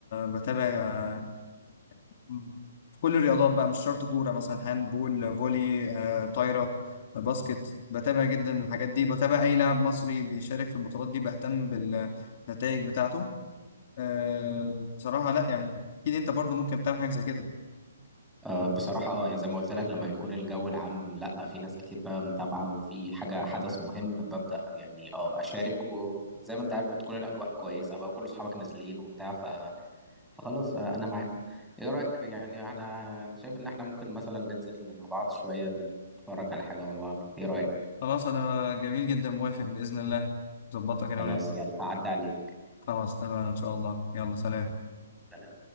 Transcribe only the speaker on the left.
بتابع مم. في كل الرياضات بقى مش شرط كورة مثلا هاند بول فولي آه، طايرة باسكت بتابع جدا الحاجات دي بتابع أي لاعب مصري بيشارك في البطولات دي بهتم بالنتائج بتاعته آه، بصراحة لا يعني أكيد أنت برضو ممكن تعمل حاجة زي كده
خلاص أنا جميل جدا موافق بإذن الله ظبطها كده
وننزل
خلاص تمام إن شاء الله يلا سلام